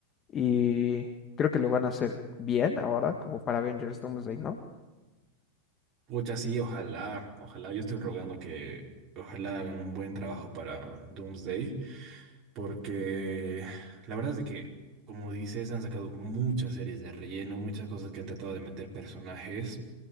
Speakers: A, on the left; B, on the right.
A: y creo que lo van a hacer bien ahora, como para Avengers Doomsday, ¿no?
B: Pucha, sí, ojalá, ojalá, yo estoy rogando que ojalá hagan un buen trabajo para Doomsday, porque la verdad es de que, como dices, han sacado muchas series de relleno, muchas cosas que han tratado de meter personajes.